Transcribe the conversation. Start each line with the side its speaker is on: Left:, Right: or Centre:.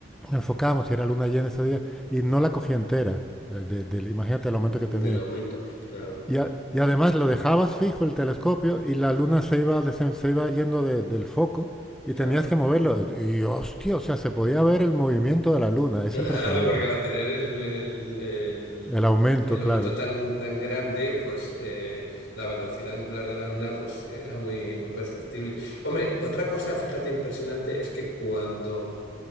Centre: enfocábamos, si era luna llena ese día, y no la cogí entera, eh, de- imagínate
Left: <laughs>
Centre: el
Left: De-
Centre: aumento que tenía.
Left: del aumento, claro,
Centre: Y, a- y además lo dejabas fijo el telescopio y la luna se iba, desen- se iba yendo de- del foco y
Left: claro.
Centre: tenías que moverlo. Y hostia, o sea, se podía ver el movimiento de la luna. Es
Left: Claro,
Centre: impresionante.
Left: porque al tener el, el- el-
Centre: El aumento,
Left: el
Centre: claro.
Left: aumento tan, tan grande, pues eh, la velocidad angular de la Luna pues era muy, muy perceptible. Hombre, otra cosa, fíjate, impresionante es que cuando